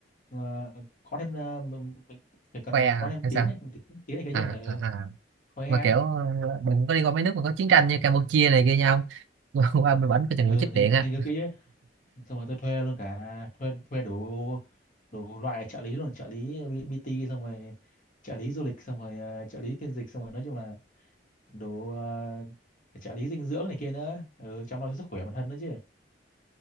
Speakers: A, on the left; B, on the right.
A: ờ, có thêm ờ, mình mình phải cần
B: khoe à,
A: có thêm
B: hay
A: tiếng
B: sao
A: này tiếng, tiếng này cái
B: à,
A: chứ ừ,
B: à, à.
A: khoe
B: mà kiểu ờ, đừng có đi qua mấy nước mà có chiến tranh như Campuchia này kia nhau <laughs> qua bên bển có chừng
A: ừ,
B: bị chích
A: nghiên,
B: điện á
A: nghiên cứu kỹ chứ xong rồi tôi thuê luôn cả thuê thuê đủ đủ loại trợ lý luôn trợ lý B- BT xong rồi trợ lý du lịch xong rồi ờ, trợ lý phiên dịch xong rồi nói chung là đủ ờ, trợ lý dinh dưỡng này kia nữa ừ, chăm lo cho sức khỏe bản thân nữa chứ